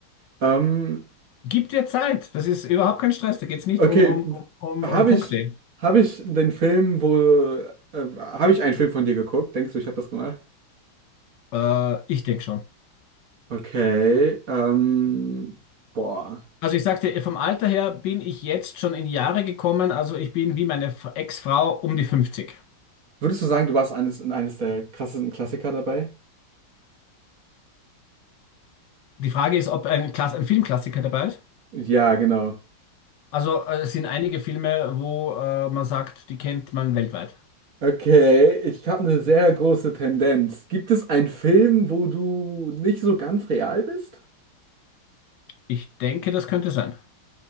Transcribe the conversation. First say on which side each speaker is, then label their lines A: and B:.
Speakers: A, on the right; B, on the left.
A: Ähm,
B: Gib dir Zeit. Das ist überhaupt kein Stress. Da geht's nicht
A: okay,
B: um, um, um, um
A: habe
B: um Punkte.
A: ich, habe ich den Film, wo, äh, habe ich einen Film von dir geguckt? Denkst du, ich habe das gemacht?
B: Äh, ich denke schon.
A: Okay, ähm, boah.
B: Also ich sag dir, vom Alter her bin ich jetzt schon in die Jahre gekommen. Also ich bin wie meine F- Ex-Frau um die 50.
A: Würdest du sagen, du warst eines, eines der krassesten Klassiker dabei?
B: Die Frage ist, ob ein, Klass ein Filmklassiker dabei ist.
A: Ja, genau.
B: Also äh, es sind einige Filme, wo äh, man sagt, die kennt man weltweit.
A: Okay, ich habe eine sehr große Tendenz. Gibt es einen Film, wo du nicht so ganz real bist?
B: Ich denke, das könnte sein.